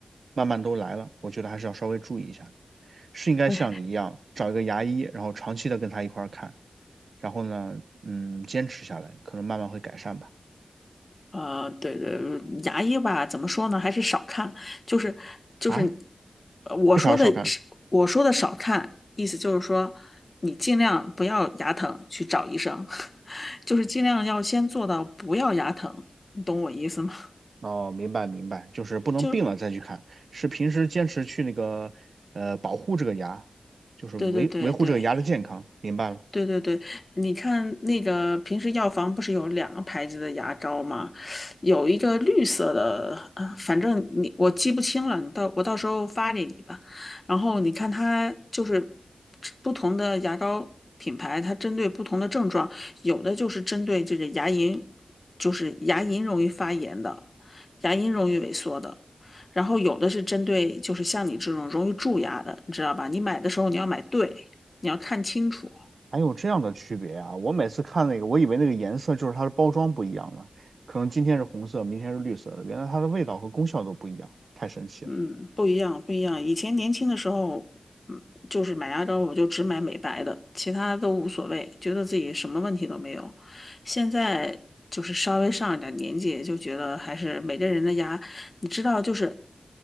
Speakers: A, on the right; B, on the left.
A: 慢慢都来了，我觉得还是要稍微注意一下的。是应该像你一样找一个牙医，
B: 不是，
A: 然后长期的跟他一块儿看，然后呢，嗯，坚持下来，可能慢慢会改善吧。
B: 呃，对对，牙医吧，怎么说呢？还是少看，就是就是，
A: 啊？
B: 呃我说的是我说的少看，
A: 为啥要少看？
B: 意思就是说，你尽量不要牙疼去找医生，<laughs> 就是尽量要先做到不要牙疼，你懂我意思吗？
A: 哦，明白明白，就是不能病了再去看，
B: <laughs> 就
A: 是平时坚持去那个呃保护这个牙，就是维维护这个牙的健康。
B: 对对对对，
A: 明白了。
B: 对对对，你看那个平时药房不是有两个牌子的牙膏吗？有一个绿色的，呃反正你我记不清了，你到我到时候发给你吧。然后你看它就是不同的牙膏品牌，它针对不同的症状，有的就是针对这个牙龈，就是牙龈容易发炎的，牙龈容易萎缩的。然后有的是针对就是像你这种容易蛀牙的，你知道吧？你买的时候你要买对，你要看清楚。
A: 还有这样的区别啊！我每次看那个，我以为那个颜色就是它的包装不一样了，可能今天是红色，明天是绿色的，原来它的味道和功效都不一样，太神奇了。
B: 嗯，不一样，不一样。以前年轻的时候，嗯，就是买牙膏我就只买美白的，其他都无所谓，觉得自己什么问题都没有。现在就是稍微上一点年纪，就觉得还是每个人的牙，你知道，就是